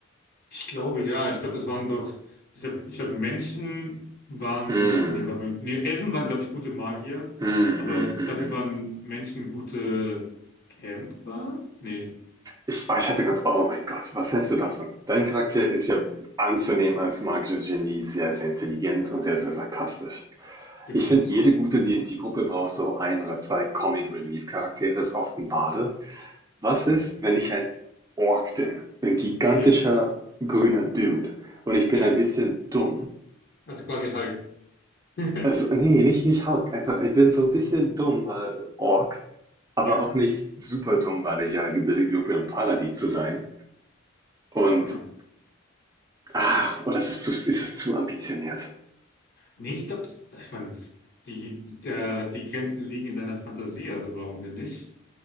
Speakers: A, on the left (about 50°); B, on the right (about 15°).
A: Ich glaube ja, ich glaube, es waren doch, ich glaube, ich glaub, Menschen waren,
B: Mm,
A: nee, warte mal, nee, Elfen waren, glaube ich, gute Magier,
B: mm, mm,
A: aber dafür
B: mm, mm.
A: waren Menschen gute Kämpfer? Nee,
B: Ich, ah, ich hatte gerade, oh mein Gott, was hältst du davon? Dein Charakter ist ja anzunehmen als magisches Genie sehr, sehr intelligent und sehr, sehr sarkastisch.
A: genau.
B: Ich finde, jede gute d D&D-Gruppe braucht so ein oder zwei Comic-Relief-Charaktere, ist oft ein Bade. Was ist, wenn ich ein Ork bin? Ein gigantischer,
A: Ja,
B: grüner Dude. Und ich bin
A: ja,
B: ein bisschen dumm.
A: also quasi Hulk. <laughs>
B: Also, nee, nicht, nicht Hulk, einfach, ich bin so ein bisschen dumm, weil Ork, aber
A: Ja.
B: auch nicht super dumm, weil ich ja gebildet genug bin, um Paladin zu sein. Und
A: Ah.
B: Ah, oh, das ist zu, ist das zu ambitioniert.
A: Nee, ich glaube, ich meine, die, der, die Grenzen liegen in deiner Fantasie, also warum denn nicht?